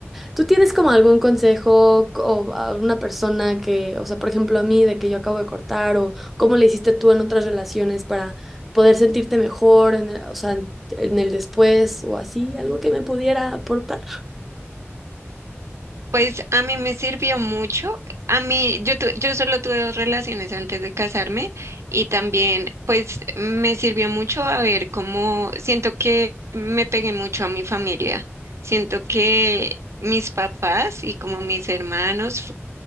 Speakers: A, in the centre; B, on the right.
A: ¿Tú tienes como algún consejo o a una persona que, o sea, por ejemplo, a mí, de que yo acabo de cortar o cómo le hiciste tú en otras relaciones para poder sentirte mejor, en el- o sea, en en el después o así, algo que me pudiera aportar?
B: Pues a mí me sirvió mucho. A mí, yo, tu- yo solo tuve dos relaciones antes de casarme y también, pues me sirvió mucho a ver cómo siento que me pegué mucho a mi familia. Siento que mis papás y como mis hermanos fu-